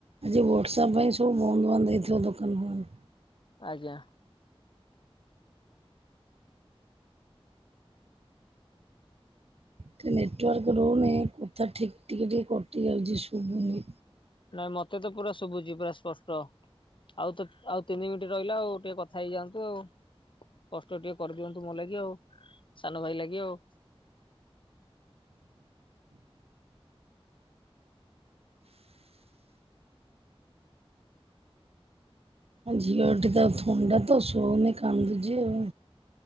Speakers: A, on the right; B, on the left.
A: ଆଜି ବର୍ଷା ପାଇଁ ସବୁ ବନ୍ଦ ବାନ୍ଦ ହେଇଥିବ, ଦୋକାନ ଫୋକାନ।
B: ଆଜ୍ଞା।
A: ଟିକେ ନେଟୱାର୍କ ରହୁନି। କଥା ଠିକ୍ ଟିକେ ଟିକେ କଟି ଯାଉଛି, ଶୁଭୁନି।
B: ନାଇଁ, ମତେ ତ ପୁରା ଶୁଭୁଛି, ପୁରା ସ୍ପଷ୍ଟ। ଆଉ ତ ଆଉ ତିନି ମିନିଟ ରହିଲା ଆଉ ଟିକେ କଥା ହେଇଯାଆନ୍ତୁ ଆଉ। କଷ୍ଟ ଟିକେ କରିଦିଅନ୍ତୁ ମୋ ଲାଗି ଆଉ ସାନ ଭାଇ ଲାଗି ଆଉ।
A: ଝଟି ତ ଥଣ୍ଡା ତ ସଉନଁ କାନ୍ଦୁଚି ଆଉ।